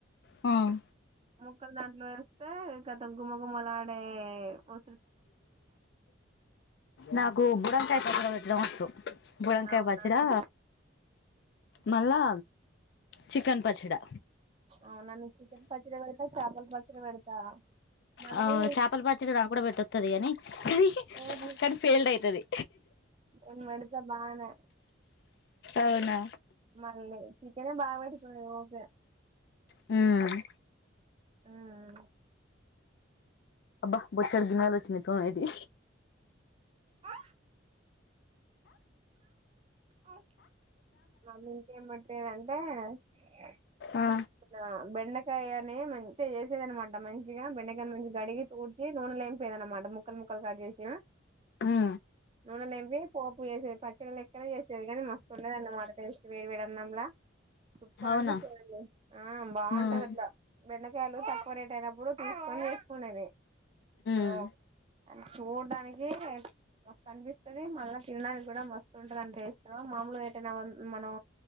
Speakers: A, on the left; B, on the right.
A: హ్మ్మ్
B: ముక్కలు దాంట్లో వేస్తే గతం గుమ్మ గుమ్మలా ఆడే వ
A: నాకు బుడంకాయి పచ్చడి పెట్టడం వచ్చు బుడంకాయ
B: అవునండి
A: పచ్చడా మళ్ళా చికెన్ పచ్చడా
B: అవునా చికెన్ పచ్చడి పెడతా చాపల్ పచ్చడి పెడతా మళ్ళీ
A: ఆ చేపల పచ్చడి నాకు కూడా పెట్టతుది కాని అది
B: ఓహో,
A: కానీ ఫెయిల్డ్ అవుతది
B: నేను పెడతా బానే
A: అవునా
B: మల్లీ చికనే బాగా పెట్టత ఓకే
A: హ్మ్మ్
B: హ్మ్మ్
A: అబ్బా బొచ్చడు దిన ఆలోచనతోనే అది
B: హా ఆ మ ఇంకేం పెట్టారంటే అంటే
A: ఆ
B: బెన్నకి కాయని మంచిగా చేసేది అనమాట మంచిగా బెండకాయ మంచి గడిగి తూడ్చ నూనె లేంపోయే అనమాట ముక్కలు ముక్క ముక్కల్ కట్ చేసిన
A: హుమ్
B: నూనె నింపి పోపు చేసేది పచ్చడి లెక్కనే చేసేది కాని మస్తు ఉండేది అన్నమాట టేస్ట్ వేడి వేడి అన్నం లా సూపర్
A: అవునా
B: అనిపించడండి ఆ బాగుంటది
A: ఉమ్.
B: అట్లా బెండకాయలు తక్కువ రేట్ అయినప్పుడు తీసుకొని వేసుకునేది
A: ఉమ్.
B: మనం చూడడానికి మస్తు అనిపిస్తుంది మళ్ళా తినడానికి కూడా మస్తు ఉంటంది అనిస్తం మామూలుగా ఏటైనా మనం